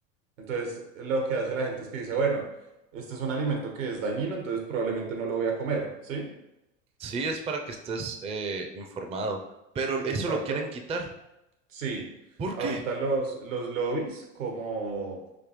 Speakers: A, on the right; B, on the right.
A: Entonces, lo que hace la gente es que dice, bueno, este es un alimento que es dañino, entonces probablemente no lo voy a comer, ¿sí?
B: Sí, es para que estés eh, informado, pero eso
A: Exacto.
B: lo quieren quitar.
A: Sí.
B: ¿Por
A: Ahorita
B: qué?
A: los, los lobbies, como,